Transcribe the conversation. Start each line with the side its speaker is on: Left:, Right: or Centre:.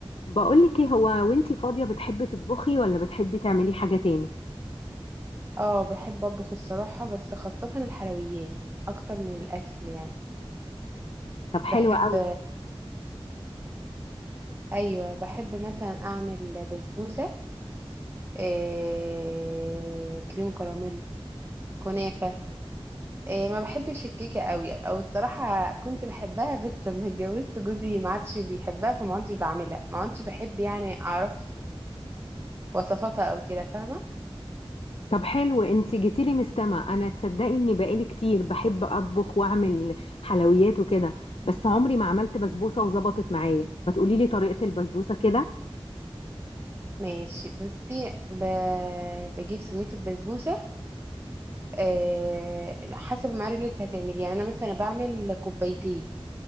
Left: بقولك ايه هو وانتي فاضية بتحبي تطبخي ولا بتحبي تعملي حاجة تاني
Right: اه بحب اطبخ الصراحة بس خاصة الحلويات اكتر من الاكل يعني
Left: طب حلو
Right: بحب
Left: قوي
Right: ايوه بحب مثلا اعمل بسبوسة إيه... كريم كراميل كنافة إيه ما بحبش الكيكة قوي او الصراحة كنت بحبها بس لما اتجوزت جوزي ما عادش بيحبها فما عادش بعملها ما عادش بحب يعني اعرف وصفاتها او كده فاهمة
Left: طب حلو انتي جيتيلي من السما انا تصدقي اني بقالي كتير بحب اطبخ واعمل حلويات وكده بس عمري ما عملت بسبوسة وظبطت معايا ما تقوليلي طريقة البسبوسة كده
Right: ماشي بصي ب... بجيب سميد البسبوسة آه، حسب المعادن اللي انت هتعملي يعني انا مثلا بعمل كوبايتين